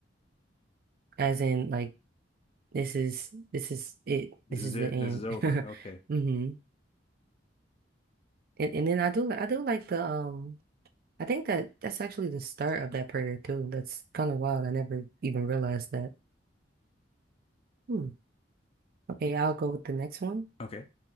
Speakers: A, on the right; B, on the left.
A: As in, like. This is this is it.
B: This
A: This is
B: is it.
A: the end.
B: This is over. Okay.
A: <laughs> hmm And and then I do li- I do like the um I think that that's actually the start of that prayer too. That's kind of wild. I never even realized that. Hmm. Okay, I'll go with the next one.
B: Okay.